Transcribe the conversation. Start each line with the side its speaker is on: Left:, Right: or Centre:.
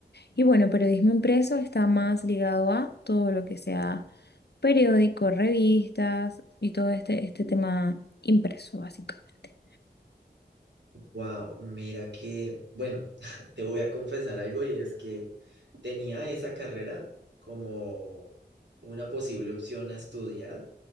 Left: Y bueno, periodismo impreso está más ligado a todo lo que sea periódicos, revistas y todo este, este tema impreso, básicamente.
Right: Wow, mira que, bueno, <laughs> te voy a confesar algo y es que tenía esa carrera como una posible opción a estudiar.